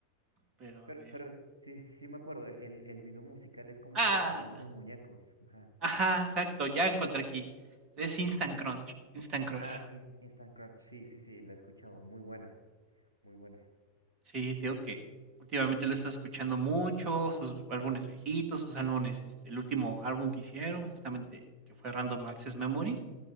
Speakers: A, on the right (about 30°); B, on the right (about 80°).
A: pero
B: Pero,
A: a ver.
B: pero sí, sí me acuerdo, el, el video musical es como
A: Ah,
B: de, de unos muñecos. Ajá.
A: ajá, exacto, ya encontré aquí. Es Instant Crunch, Instant Crush.
B: Ah, Inst- Instant Crunch, sí, sí, sí, la he escuchado, muy buena, muy buena.
A: Sí, te digo que últimamente lo he estado escuchando mucho, sus álbumes viejitos, sus álbumes, este, el último álbum que hicieron, justamente que fue Random Access Memory,